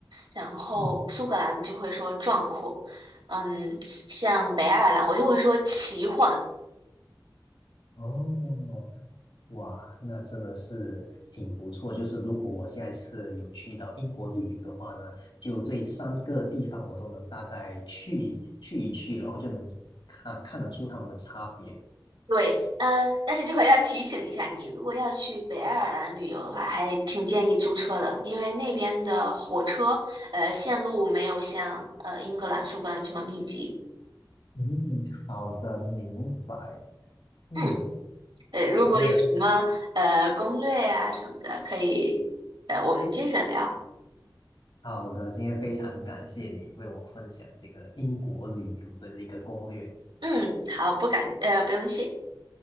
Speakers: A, on the right (about 75°); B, on the left (about 85°).
A: 然后苏格兰就会说壮阔，
B: 嗯，
A: 嗯，像北爱尔兰我就会说奇幻，
B: 哦，哇，那真的是挺不错。就是如果我下一次有去到英国旅游的话呢，就这三个地方我都能大概去去一去，然后就能看看得出他们的差别。
A: 对，呃，但是这块要提醒一下你，如果要去北爱尔兰旅游的话，还挺建议租车的，因为那边的火车，呃，线路没有像呃英格兰、苏格兰这么密集。
B: 嗯，好的，明白。嗯，
A: 嗯，呃，如果有什么呃攻略啊什么的，
B: 好，那
A: 可以，呃，我们接着聊。
B: 好的，今天非常感谢你为我分享这个英国旅游的这个攻略。
A: 嗯，好，不敢，呃，不用谢。